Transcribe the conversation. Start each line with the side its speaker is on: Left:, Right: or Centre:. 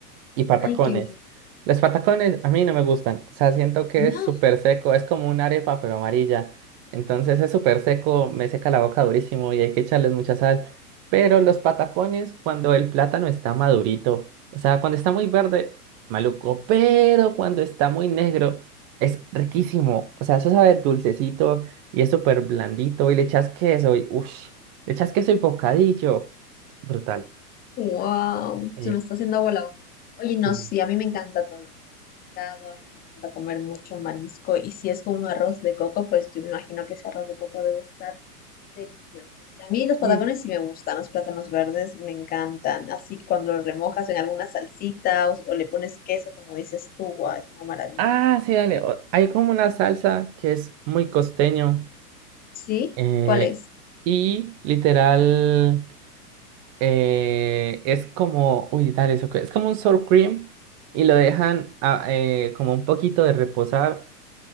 Right: Y patacones.
Left: Ay, qué bueno.
Right: Los patacones a mí no me gustan. O sea, siento que
Left: No.
Right: es súper seco. Es como una arepa, pero amarilla. Entonces es súper seco, me seca la boca durísimo y hay que echarles mucha sal. Pero los patacones, cuando el plátano está madurito, o sea, cuando está muy verde, maluco. Pero cuando está muy negro, es riquísimo. O sea, eso sabe dulcecito y es súper blandito. Y le echas queso y uff, le echas queso y bocadillo. Brutal.
Left: Wow,
Right: ok.
Left: se me está haciendo agua la boca. Oye, no,
Right: Sí,
Left: sí, a mí me encanta todo lo que es pescado, a mí me encanta comer mucho marisco y si es con un arroz de coco, pues yo me imagino que ese arroz de coco debe estar delicioso. Y a mí los patacones
Right: sí.
Left: sí me gustan, los plátanos verdes me encantan, así cuando los remojas en alguna salsita o, o le pones queso, como dices tú, guau, es una maravilla.
Right: Ah, sí, dale. o- Hay como una salsa que es muy costeño
Left: ¿Sí?
Right: eh,
Left: ¿Cuál es?
Right: y literal eh, es como, uy, dale, eso que- es como un sour cream y lo dejan a- eh, como un poquito de reposar.